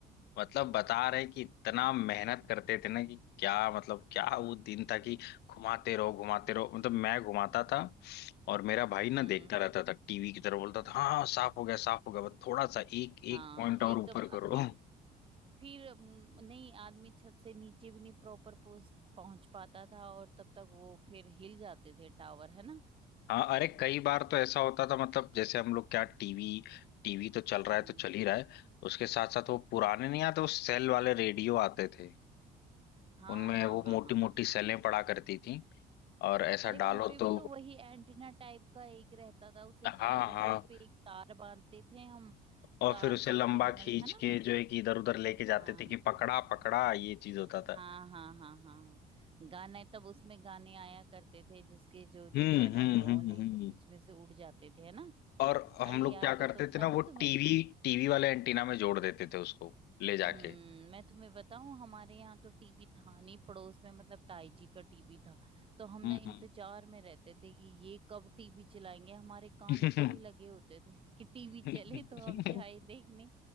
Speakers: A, on the left; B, on the right.
A: मतलब बता रहे कि इतना मेहनत करते थे ना कि क्या मतलब क्या वो दिन था कि घुमाते रहो घुमाते रहो मतलब मैं घुमाता था और मेरा भाई ना
B: हम्म
A: देखता रहता था टीवी की तरफ बोलता था हाँ हाँ, साफ हो गया साफ हो गया बस थोड़ा सा एक एक
B: हाँ
A: पॉइंट
B: एकदम
A: और ऊपर करो
B: अब फिर
A: <laughs>
B: फिर हम्म, नहीं आदमी छत से नीचे भी नहीं प्रॉपर पहुंच पहुंच पाता था और तब तक वो फिर हिल जाते थे टावर है ना
A: हाँ अरे कई बार तो ऐसा होता था मतलब जैसे हम लोग क्या टीवी टीवी तो चल रहा
B: हम्म
A: है तो चल ही रहा है उसके साथ साथ वो पुराने नहीं आते वो सेल वाले रेडियो आते थे
B: हाँ
A: उनमें
B: हाँ
A: वो
B: हाँ
A: मोटी
B: हाँ
A: मोटी
B: हाँ
A: सेलें पड़ा करती थी और ऐसा
B: अरे
A: डालो
B: उनपे भी
A: तो
B: तो वही एंटीना टाइप का एक रहता था उसे
A: हाँ
B: खड़ा करके
A: हाँ
B: उसपे एक तार बांधते थे हम
A: और
B: तार
A: फिर उसे
B: से
A: लंबा
B: सिग्नल
A: खींच
B: है ना
A: के जो है कि इधर उधर लेके जाते
B: हाँ
A: थे कि पकड़ा पकड़ा ये चीज होता था
B: हाँ हाँ हाँ हाँ हाँ। गाने तब उसमें गाने आया करते थे जिसके जो जो
A: हम्म
B: चैनल
A: हम्म
B: हो
A: हम्म
B: नहीं
A: हम्म
B: तो बीच में से उड़ जाते थे है ना
A: और हम
B: अरे
A: लोग
B: यार
A: क्या करते
B: मैं तो बताऊं
A: थे ना वो
B: तुम्हें
A: टीवी टीवी वाले एंटीना में जोड़ देते थे उसको ले जाके
B: हम्म मैं तुम्हें बताऊं हमारे यहाँ तो टीवी था नहीं पड़ोस में मतलब ताई जी का टीवी था तो हम ना
A: हम्म
B: इंतजार में रहते थे कि ये कब टीवी चलाएंगे हमारे कान
A: हम्म
B: उधर ही लगे होते थे कि टीवी चले
A: <laughs>
B: तो हम जाए देखने